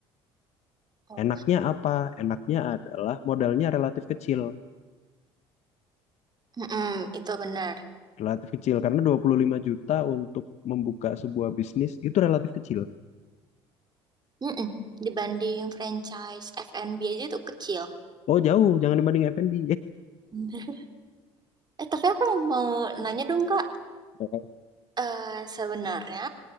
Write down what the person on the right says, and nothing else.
Oh.
Mm-mm. Itu benar.
Mm-mm. Dibanding franchise F&B aja tuh kecil.
<laughs> Eh, tapi aku mau nanya dong, Kak.
Eh, sebenarnya